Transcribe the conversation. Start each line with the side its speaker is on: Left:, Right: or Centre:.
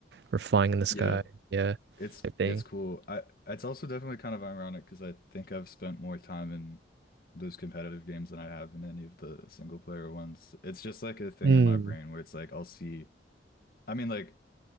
Right: or flying in the sky,
Left: Yeah.
Right: yeah,
Left: It's
Right: type thing.
Left: it's cool. I it's also definitely kind of ironic because I think I've spent more time in those competitive games than I have in any of the single player ones. It's just like a thing
Right: Mm.
Left: in my brain where it's like I'll see. I mean, like